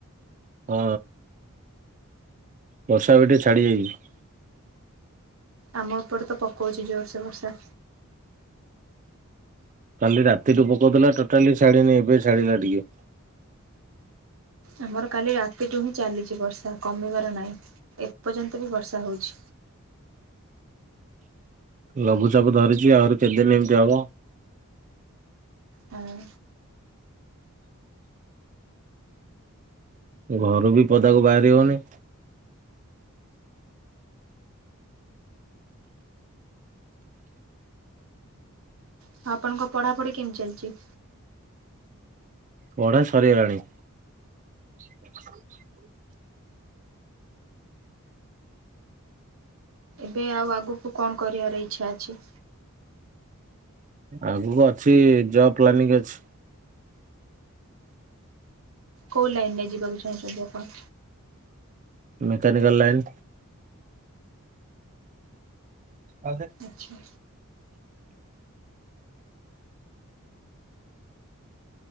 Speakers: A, on the right; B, on the right.
A: ଅଁ। ବର୍ଷା ଏବେ ଟିକେ ଛାଡ଼ିଯାଇଛି।
B: ଆମ ଏପେଟ ତ ପକଉଛି ଜୋରସୋ ବର୍ଷା।
A: କାଲି ରାତିଠୁ ପକଉଥିଲା ଟୋଟାଲି ଛାଡିିନି ଏବେ ଛାଡ଼ିଲା ଟିକେ।
B: ଆମର କାଲି ରାତିଠୁ ହିଁ ଚାଲିଛି ବର୍ଷା କମିବାର ନାହିଁ ଏପର୍ଯ୍ୟନ୍ତ ବି ବର୍ଷା ହଉଛି।
A: ଲଘୁଚାପ ଧରିଛି ଆହୁରି କେତେଦିନ ଏମିତି ହବ?
B: ହଁ।
A: ଘରୁ ବି ପଦାକୁ ବାହାରି ହଉନି
B: ହଁ ଆପଣଙ୍କ ପଢାପଢି କେମିତି ଚାଲିଛି?
A: ପଢା ସରିଗଲାଣି। <inaudible>
B: ଏବେ ଆଉ ଆଗକୁ କଣ କରିବାର ଇଚ୍ଛା ଅଛି?
A: ଆଗକୁ ଅଛି ଜବ ପ୍ଲାନିଂ ଅଛି।
B: କୋଉ ଲାଇନ ରେ ଯିବାକୁ ଚାହୁଁଛନ୍ତି ଆପଣ?
A: ମେକାନିକଲ ଲାଇନ୍ ଆ ହେ
B: ଆଚ୍ଛା।